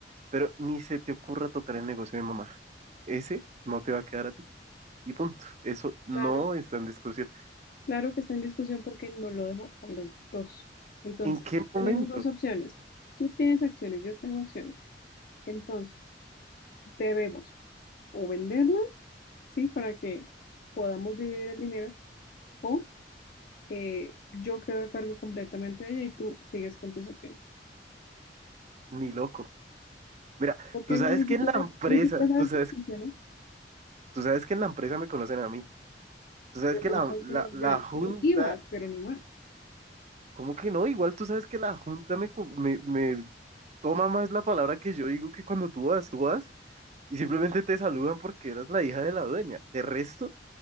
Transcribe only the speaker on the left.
Claro,
claro que está en discusión porque no lo dejo a los dos. Entonces,
tenemos
dos opciones. Tú tienes acciones, yo tengo acciones. Entonces, debemos o venderla, ¿sí? Para que podamos dividir el dinero, o eh, yo quedo a cargo completamente de ella y tú sigues con tus acciones.
¿Por qué
no? Ni
siquiera,
ni siquiera sabes
cómo funciona,
pero
tú
no sabes
cómo funciona.
Tú ibas, pero no más.